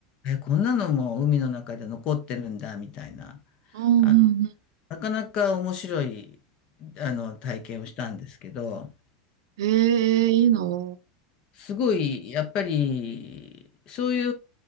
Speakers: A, on the left (about 40°); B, on the right (about 85°).
A: え、こんなのも海の中で残ってるんだ、みたいな。
B: うん、
A: あの、
B: うん、うん。
A: なかなか面白い、あの、体験をしたんですけど、
B: えー、いいの
A: すごい、やっぱり、そうい